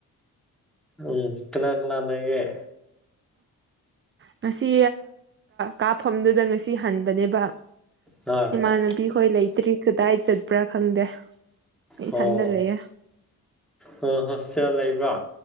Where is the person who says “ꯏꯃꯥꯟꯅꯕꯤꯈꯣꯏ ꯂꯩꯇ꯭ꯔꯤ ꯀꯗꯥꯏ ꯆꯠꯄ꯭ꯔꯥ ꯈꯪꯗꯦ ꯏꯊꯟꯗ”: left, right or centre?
Right